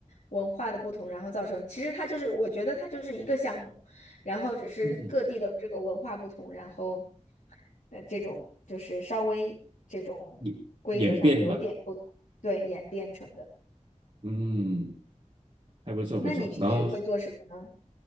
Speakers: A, on the left; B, on the right.
A: 文化的不同，然后造成，其实它就是，我觉得它就是一个项目，然后只是各地的这个文化不同，
B: 嗯，
A: 然后呃这种就是稍微这种规则上有一点不同，
B: 演演变吧，
A: 对，演变成的。
B: 嗯，还不错不错。
A: 那你平时会做什么呢？
B: 然后